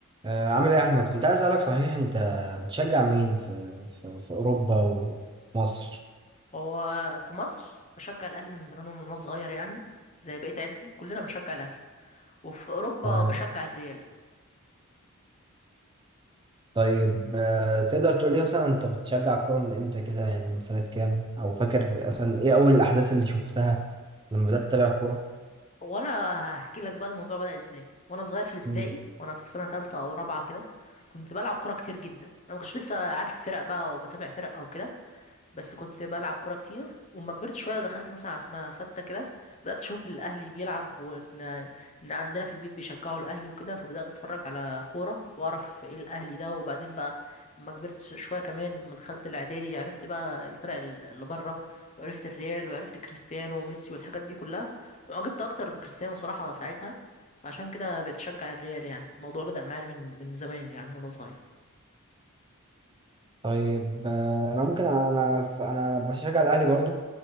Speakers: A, on the right; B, on the left.
A: آه، عامل ايه يا احمد كنت عايز اسالك صحيح انت بتشجع مين في في, في اوروبا ومصر
B: هو في مصر بشجع الاهلي من زمان ومن وانا صغير يعني زي بقيه عيلتي كلنا بنشجع الاهلي وفي اوروبا
A: تمام
B: بشجع الريال
A: طيب آه، تقدر تقول لي مثلا انت بتشجع الكوره من امتى كده يعني من سنه كام او فاكر اصلا ايه اول الاحداث اللي شفتها لما بدات تتابع كوره
B: وانا هحكي لك بقى الموضوع بدأ ازاي وانا صغير في الابتدائي
A: مم.
B: وانا في سنه ثالثه او رابعه كده كنت بلعب كوره كتير جدا انا ما كنتش لسه عارف فرق بقى وبتابع فرق او كده بس كنت بلعب كورة كتير وما كبرت شوية دخلت مثلا على سنة ستة كده بدأت أشوف الأهلي بيلعب وإن إن عندنا في البيت بيشجعوا الأهلي وكده فبدأت أتفرج على كورة وأعرف إيه الأهلي ده وبعدين بقى لما كبرت ش- شوية كمان لما دخلت الإعدادي عرفت بقى الفرق ال- اللي بره وعرفت الريال وعرفت كريستيانو وميسي والحاجات دي كلها وعجبت أكتر بكريستيانو صراحة ساعتها فعشان كده بقيت أشجع الريال يعني الموضوع بدأ معايا من من زمان يعني وأنا صغير
A: طيب آه، انا ممكن انا انا انا بشجع الاهلي برضو